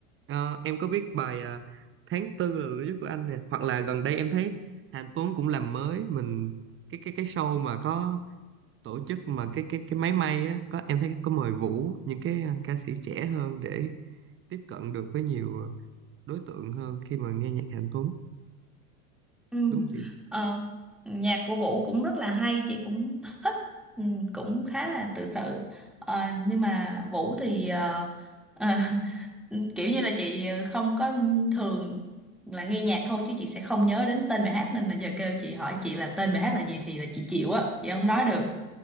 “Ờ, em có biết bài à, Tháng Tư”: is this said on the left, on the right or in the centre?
Right